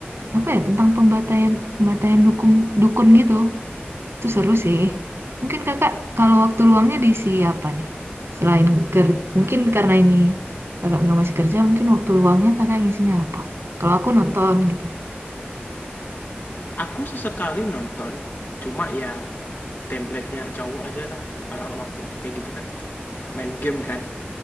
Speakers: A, on the right; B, on the left.
A: apa ya tentang pembantaian pembantaian dukun dukun gitu. Itu seru sih. Mungkin kakak kalau waktu luangnya diisi apa nih? Selain ker mungkin karena ini kakak bilang masih kerja, mungkin waktu luangnya kakak ngisinya apa? Kalau aku nonton gitu.
B: Aku sesekali nonton, cuma ya template-nya cowok aja lah. Kalau waktu kayak gitu kan, main game kan.